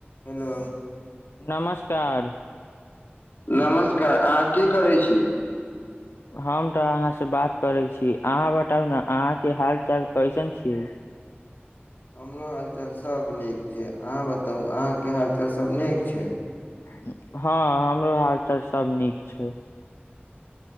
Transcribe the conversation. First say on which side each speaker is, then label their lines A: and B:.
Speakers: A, on the left; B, on the left.
A: hello
B: नमस्कार
A: नमस्कार अहाँ की करै छी
B: हम तऽ अहाँसँ बात करै छी अहाँ बताउ ने अहाँके हाल चाल कैसन छियै
A: हमरो हालचाल सभ नीक छै अहाँ बताउ अहाँके हालचाल सभ नीक छै
B: हँ हमरो हाल चाल सब नीक छै